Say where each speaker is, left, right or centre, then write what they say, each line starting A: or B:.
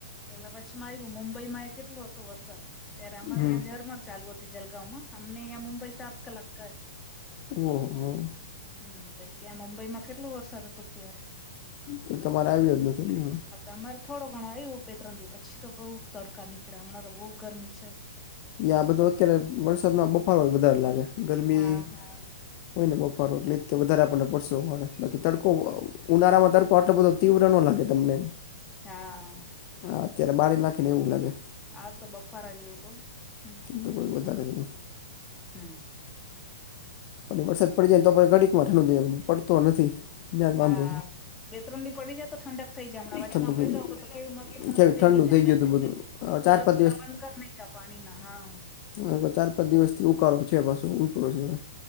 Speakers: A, on the left; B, on the left.
A: પેલા વચ્છમાં આવ્યું મુંબઈમાં કેટલો હતો વરસાદ ત્યારે અમારે
B: હમ
A: અહીંયા ઝરમર ચાલુ હતી જલગાંમાં અમને અહીંયા મુંબઈ સાત કલાક
B: હ હ,
A: હમ ત્યાં મુંબઈમાં કેટલો વરસાદ હતો ત્યારે,
B: તો તમારે આવ્યો જ નથીને હ,
A: અમારે થોડો ઘણો આવ્યો બે ત્રણ દિવ પછી તો બહુ તડકા નીકળે હમણાં તો બહુ ગરમી છે
B: ત્યાં
A: હવે
B: બધું
A: તો
B: અત્યારે વરસાદમાં બફારોય વધારે લાગે, ગરમી
A: હા
B: હોય ને બફારો એટલે વધારે આપણને પરસેવો પડે બાકી તડકો ઉનાળામાં તડ કો આટલો બધો તીવ્ર ન લાગે તમને,
A: હા,
B: હા અત્યારે બારી નાખીને એવું લાગે.
A: આ તો બપારા જેવું બઉ, હમ
B: તો કોઈ વધારે છે, <unintelligible>
A: હમ,
B: અને વરસાદ પડી જાય ને તો પહ ઘડીકમાં ઠંડો થઇ જાય, પડતો નથી. ત્યાં જ
A: હા
B: વાંધો
A: બે ત્રણ દી પડી જાય તો ઠંડક થઈ જાય હમણાં વચમાં
B: છે ઠંડુ થઈ
A: પડીયો
B: જાય
A: તો તો કેવી મસ્ત ઠંડક
B: કેવી
A: થઈ
B: ઠંડુ
A: ગઈ હતી અમને,
B: ગયું હતું બધું
A: કુલર
B: ચાર પાંચ
A: પુલર બંધ કર નાખ્યા પાણીના હા,
B: હા તો ચાર પાંચ દિવસથી ઉકાળો છે પાછો ઉપડ છે ભાઈ,